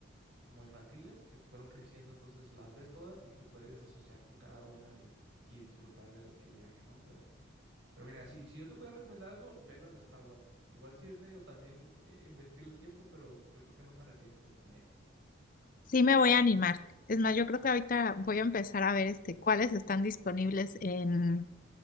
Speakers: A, on the right (about 65°); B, on the left (about 40°).
A: como infantiles que fueron creciendo, entonces las ves todas y te puedes asociar con cada una y, y disfrutar el, el viaje, ¿no? Pero, pero mira, si, si yo te pudiera recomendar algo, ve las de Star Wars. Igual sí es medio también eh, investirle tiempo, pero yo creo que no te arrepientes también.
B: Sí, me voy a animar. Es más, yo creo que ahorita voy a empezar a ver este, cuáles están disponibles en,